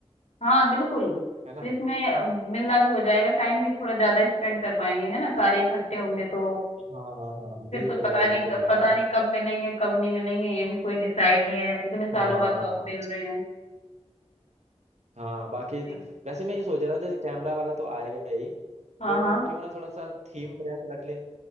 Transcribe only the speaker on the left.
हाँ बिल्कुल
फिर इसमें अ, मिलना भी हो जाएगा टाइम भी थोड़ा ज्यादा स्पेंड कर पाएंगे है ना सारे इकट्ठे होंगे तो
फिर
तो पता
नहीं कब-
पता नहीं कब मिलेंगे कब नहीं मिलेंगे ये भी कोई डिसाइड नहीं है इतने सालों
बाद तो
अब मिल रहे हैं
सही।
हाँ
हाँ